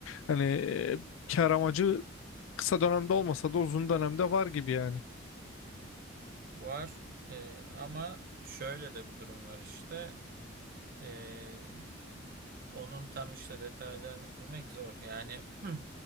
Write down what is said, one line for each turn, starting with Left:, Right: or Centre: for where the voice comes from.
Left: Hani eee, kar amacı kısa dönemde olmasa da uzun dönemde var gibi yani.
Right: var. E, ama şöyle de bir durum var işte. Ee, onun tam işte detaylarını bilmek zor. Yani Hı.